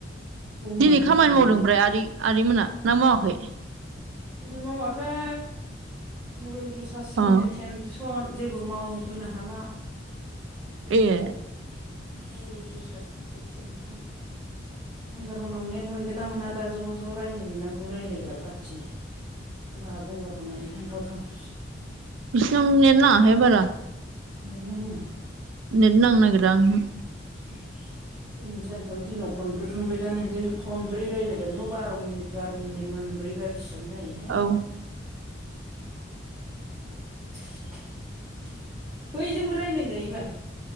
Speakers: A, on the right; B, on the right.
A: गंनानै
B: दिनै खामानि
A: माइ गायनांगौ
B: मावदों ओमफ्राय आदै आदै मोनहा ना मावाखै?
A: दिनै मावाखै मबाइल रिसार्जनिनो
B: अ
A: टेनस' सन जेबो मावहोनो हाला।
B: ए।
A: <unintelligible> गंगार मोननाव नेट मोनगोन ना मोना दा ज' ज' रायज्लायहैनांगौ रायज्लायग्रा पार्टि खोलाहा गंगारखौ नायनो थांथावथाव।
B: बिसिननियानो नाङाहाय बारा
A: नेत नाङा
B: नेट नांनो नागेरा उमहो
A: उम दिनै सानसेआव दिनाव खनब्रै खांबाय दा नोंजों खनब्रै रायलायबानोथ' बार' मिनिट बार' मिनिट मोनब्रैबा बेसिबां जायो।
B: औ
A: <unintelligible> बैजोंबो रायज्लायजायो बाल।